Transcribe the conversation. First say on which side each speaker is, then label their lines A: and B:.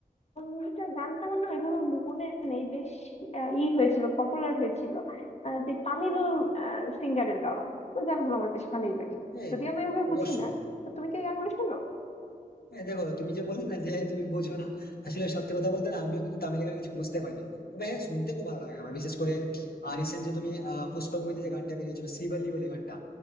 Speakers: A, on the left; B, on the left.
A: কোন মুভিটার গানটা আমার না ওইভাবে মনে নেই বেশ আহ, ই হয়েছিল পপুলার হয়েছিল আহ, যে তামিল সিঙ্গারের গাওয়া ওই গানগুলো আমার বেশ ভালোই লাগে
B: হ্যাঁ
A: যদিও আমি ওইভাবে
B: অবশ্যই
A: বুঝি না তো তুমি কি এই গানগুলো শোনো
B: হ্যাঁ দেখো তুমি যে বললে না যে তুমি বোঝো না আসলে সত্যি কথা বলতে না আমিও কিন্তু তামিল গান কিছু বুঝতে পারি না তবে হ্যাঁ শুনতে খুব ভালো লাগে আমার বিশেষ করে রিসেন্ট যে তুমি আহ, পুষ্পা মুভিতে যে গানটা বেরিয়েছিল শ্রীবল্লী বলে গানটা